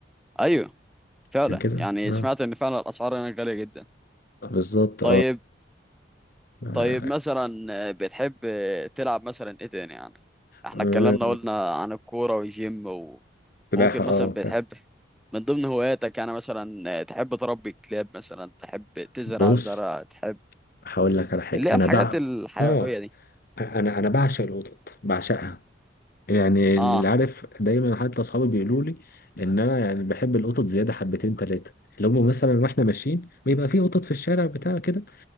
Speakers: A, in the centre; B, on the left (about 50°).
A: ايوه فعلا
B: عشان كده
A: يعني
B: اه
A: سمعت ان فعلا الاسعار هناك غاليه جدا
B: بالظبط
A: طيب
B: اه
A: طيب مثلا آه، بتحب آه، تلعب مثلا ايه تاني يعني احنا
B: آه،
A: اتكلمنا قلنا عن الكورة والجيم و-
B: سباحة
A: وممكن
B: اه
A: مثلا بتحب
B: بتاع
A: من ضمن هواياتك يعني مثلا آه، تحب تربي كلاب مثلا تحب تزرع
B: بص
A: زرع تحب
B: هقول لك على حاجة
A: اللي هي
B: أنا
A: الحاجات
B: بع
A: الحيوية
B: اه
A: دي
B: أنا أنا بعشق القطط بعشقها يعني
A: اه
B: اللي عارف دايما حتى أصحابي بيقولوا لي إن أنا يعني بحب القطط زيادة حبتين تلاتة اللي هم مثلا واحنا ماشيين بيبقى في قطط في الشارع بتاع كده